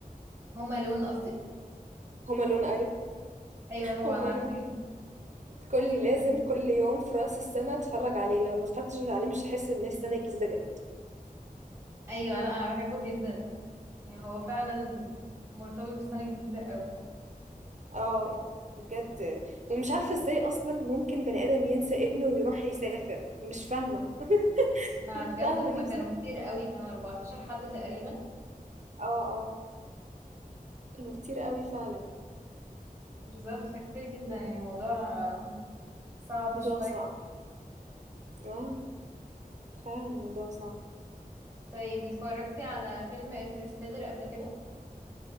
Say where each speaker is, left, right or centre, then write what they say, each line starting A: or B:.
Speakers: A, on the right; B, on the right.
A: هما لون قصدي
B: هوم ألون
A: ايوه طبعا
B: وماله
A: عارفة بحبه
B: كل
A: جدا
B: لازم كل يوم في رأس السنة اتفرج عليه لو ما اتفرجتش عليه مش هحس ان السنة الجديدة جت
A: ايوه لا انا بحبه جدا يعني هو فعلا مرتبط بالسنة الجديدة قوي
B: اه بجد ومش عارفة ازاي اصلا ممكن بني ادم ينسى ابنه ويروح يسافر مش فاهمة <laughs>
A: ما
B: مش
A: بجد
B: فاهمة
A: هما
B: نفسي
A: كانوا كتير قوي كانوا 14 حد تقريبا
B: اه اه كانوا كتير قوي فعلا
A: بالظبط فكتير جدا يعني الموضوع صعب
B: موضوع
A: شوية
B: صعب اه فعلا موضوع صعب
A: طيب اتفرجتي على فيلم انترستيلر قبل كده